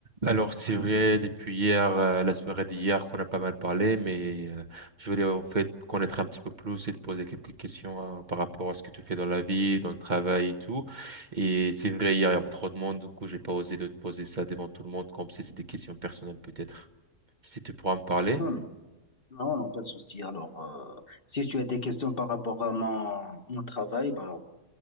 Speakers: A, on the right; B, on the left.
A: Alors, c'est vrai, depuis hier, euh, la soirée d'hier, qu'on a pas mal parlé, mais euh, je voulais en fait connaître un petit peu plus et te poser quelques questions euh, par rapport à ce que tu fais dans la vie, dans le travail et tout. Et c'est vrai, hier, il y avait trop de monde, du coup, j'ai pas osé de te poser ça devant tout le monde, comme si c'était des questions personnelles peut-être. Si tu pourras me parler.
B: Hum, Non, non, pas de souci. Alors, euh, si tu as des questions par rapport à mon, mon travail, bah,